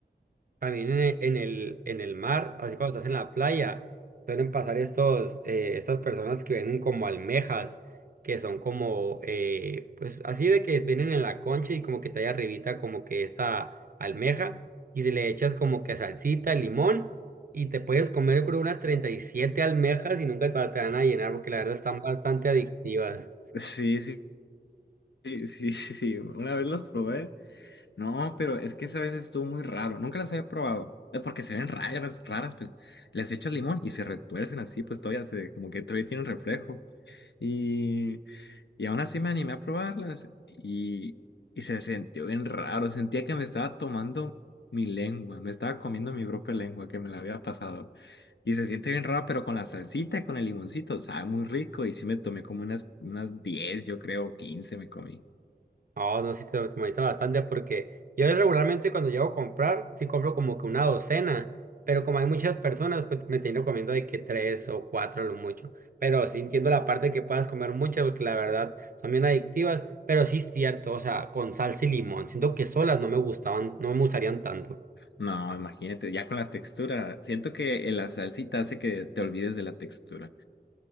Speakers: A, on the right (about 55°); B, on the left (about 85°).
A: También en el, en el, en el mar, así cuando estás en la playa, suelen pasar estos, eh, estas personas que vienen como almejas, que son como, eh, pues así de que vienen en la concha y como que trae arribita como que esta almeja y se le echas como que salsita, limón y te puedes comer yo creo unas 37 almejas y nunca te van a llenar porque la verdad están bastante adictivas.
B: Sí, sí, sí, sí, <laughs> sí, una vez los probé. No, pero es que esa vez estuvo muy raro, nunca las había probado. Es porque se ven raras, raras, pues les echas limón y se retuercen así, pues todavía se, como que todavía tienen reflejo. Y, y aún así me animé a probarlas y, y se sintió bien raro. Sentía que me estaba tomando mi lengua, me estaba comiendo mi propia lengua que me la había pasado. Y se siente bien raro, pero con la salsita y con el limoncito, sabe muy rico. Y sí me tomé como unas, unas 10 yo creo, 15 me comí.
A: No, no, sí te optimaliza bastante porque yo regularmente cuando llego a comprar, sí compro como que una docena, pero como hay muchas personas, pues me termino comiendo de que tres o cuatro lo mucho. Pero sí entiendo la parte de que puedas comer muchas porque la verdad son bien adictivas, pero sí es cierto, o sea, con salsa y limón, siento que solas no me gustaban, no me gustarían tanto.
B: No, imagínate, ya con la textura. Siento que la salsita hace que te olvides de la textura.